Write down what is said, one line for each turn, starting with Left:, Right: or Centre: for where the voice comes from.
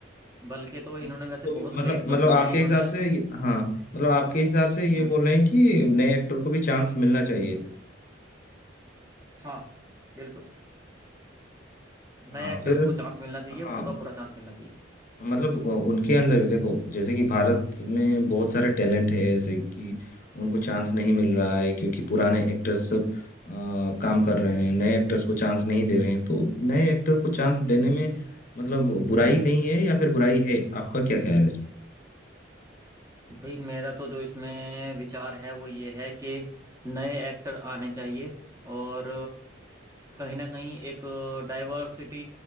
Right: बल्कि तो इन्होंने
Left: मतलब
Right: वैसे
Left: को भी
Right: बहुत लेट
Left: मतलब
Right: कर
Left: मतलब
Right: दिया
Left: आपके
Right: है इन्होंने
Left: हिसाब से ये- हाँ मतलब आपके हिसाब से ये
Right: हम्म
Left: बोल रहे हैं कि नए एक्टर को भी चांस मिलना चाहिए
Right: हाँ बिल्कुल
Left: हाँ
Right: नए एक्टर्स
Left: फिर
Right: को चांस मिलना चाहिए
Left: हाँ
Right: पूरा पूरा चांस मिलना चाहिए
Left: मतलब उ- उनके अंदर भी देखो जैसे कि भारत में बहुत सारे टैलेंट है ऐसे कि उनको चांस नहीं मिल रहा है क्योंकि पुराने एक्टर्स सब अ, काम कर रहे हैं नए एक्टर्स को चांस नहीं दे रहे हैं तो नए एक्टर को चांस देने में मतलब बुराई नहीं है या फिर बुराई है आपका क्या ख्याल है इसमें
Right: भाई मेरा तो जो इसमें विचार है वो ये है कि नए एक्टर आने चाहिए और कहीं ना कहीं एक डाइवर्सिटी